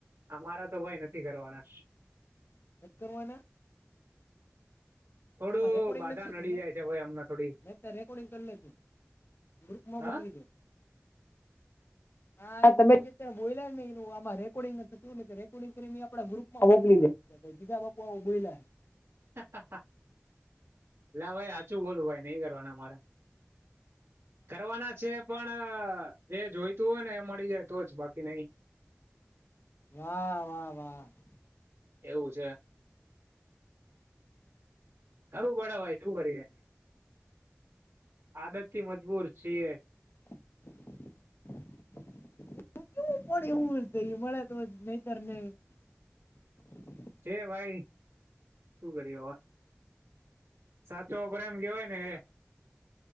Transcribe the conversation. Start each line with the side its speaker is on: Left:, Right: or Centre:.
Right: અમારા તો ભાઈ નથી કરવાના.
Left: <unintelligible>
Right: થોડું
Left: આમાં રેકોર્ડિંગ
Right: બાધા
Left: નથી
Right: નડી
Left: થતું ને
Right: જાય છે ભાઈ અમને થોડી
Left: મેં અત્યારે રેકોર્ડિંગ કરી લેતું ગ્રુપમાં
Right: હા
Left: મોકલી દે. હા તમે બોલાને એ રેકોર્ડંગ થતુંને રેકોર્ડંગ કરી ગ્રુપમાં મોકલી દે બીજા બ બોલા.
Right: <inaudible> લ ભાઈ હચું બોલું ભાઈ નહી કરવાના મારા. કરવાના છે પણ એ જોઈતું હોય ને એ મળી જાય તો જ બાકી નહી.
Left: વાહ વાહ વાહ. <inaudible>
Right: એવું છે ખારું પડય શું કરી આદત થી મજબૂર છે. છ.
Left: <unintelligible>
Right: જે ભાઈ શું કર હ સાચો પ્ર એમ કેવાયને.